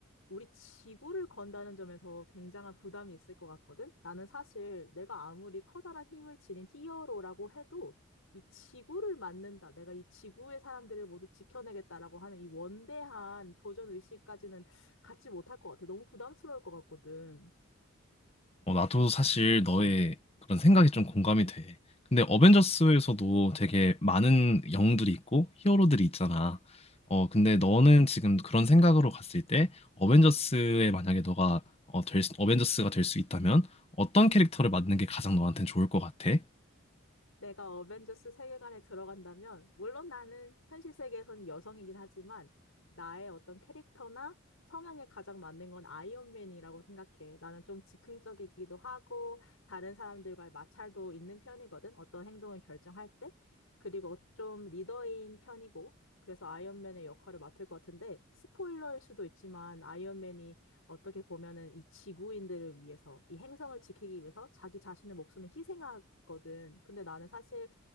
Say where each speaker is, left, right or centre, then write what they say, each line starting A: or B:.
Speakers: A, on the left; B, on the left.
A: 우리 지구를 건다는 점에서 굉장한 부담이 있을 것 같거든? 나는 사실 내가 아무리 커다란 힘을 지닌 히어로라고 해도 이 지구를 맞는다 내가 이 지구의 사람들을 모두 지켜내겠다라고 하는 이 원대한 도전 의식까지는 갖지 못할 것 같아. 너무 부담스러울 것 같거든.
B: 어, 나도 사실 너의 그런 생각이 좀 공감이 돼. 근데 어벤져스에서도 되게 많은 영웅들이 있고 히어로들이 있잖아. 어, 근데 너는 지금 그런 생각으로 갔을 때 어벤져스에 만약에 너가 어, 벤져스가 될 수 있다면 어떤 캐릭터를 맡는 게 가장 너한테는 좋을 것 같아?
A: 내가 어벤져스 세계관에 들어간다면, 물론 나는 현실 세계에서는 여성이긴 하지만, 나의 어떤 캐릭터나 성향에 가장 맞는 건 아이언맨이라고 생각해. 나는 좀 즉흥적이기도 하고, 다른 사람들과의 마찰도 있는 편이거든. 어떤 행동을 결정할 때. 그리고 좀 리더인 편이고, 그래서 아이언맨의 역할을 맡을 것 같은데, 스포일러일 수도 있지만, 아이언맨이 어떻게 보면은 이 지구인들을 위해서, 이 행성을 지키기 위해서 자기 자신의 목숨을 희생하, 거든. 근데 나는 사실